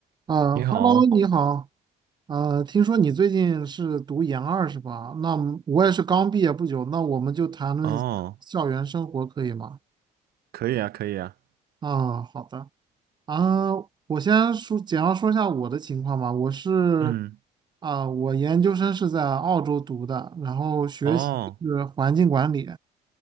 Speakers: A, on the right; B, on the right.
A: 啊，Hello，
B: 你好，
A: 你好。呃，听说你最近是读研二是吧？那么我也是刚毕业不久，那我们就谈论一下校园生活可以吗？
B: 哦，可以啊，可以啊，
A: 啊，好的。啊，我先说简要说一下我的情况吧。我是
B: 嗯，
A: 啊，我研究生是在澳洲读的，然后学习是环境管理，
B: 哦，